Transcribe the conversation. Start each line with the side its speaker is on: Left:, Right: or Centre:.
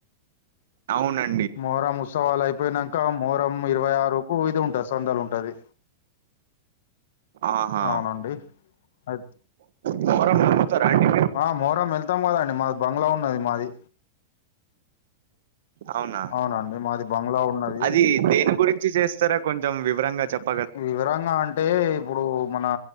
Right: అవునండి.
Left: మొహరం ఉత్సవాలు అయిపోయినాంక ఇకా మొహరం ఇరవై ఆరుకు ఇది ఉంటుది. సందాలు ఉంటది.
Right: ఆహా
Left: అవునండి అయి-
Right: మొహర్రం వెళ్తారా అండి మీరు
Left: ఆ మోహరం వెళ్తాం కద అండి. మాది బంగ్లా ఉన్నది. మాది
Right: అవునా,
Left: అవునండి మాది బంగ్లా ఉన్నది
Right: అది దేని గురించి చేస్తారా కొంచెం వివరంగా చెప్ప
Left: వివరంగా అంటే ఇప్పుడూ మనా